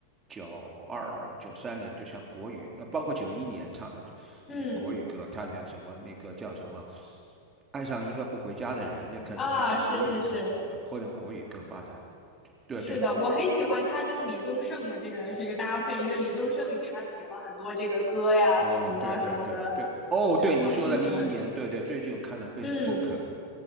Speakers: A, on the right; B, on the left.
A: 九二九三年，就像国语，呃，包括九一年唱的一些国语歌，
B: 嗯
A: 他那什么那个叫什么，爱上一个不回家的人，那开始就像国语歌成的，
B: 啊，是是是
A: 后来国语歌发展，对对，
B: 是的，我很喜欢他跟李宗盛的这个这个搭配，因为李宗盛也给他写了很多这个歌呀、
A: 哦，
B: 词啊什么的，
A: 对对对对，哦，
B: 是我还挺喜欢。
A: 对你说的零一年，对对，最近我看了 Facebook，
B: 嗯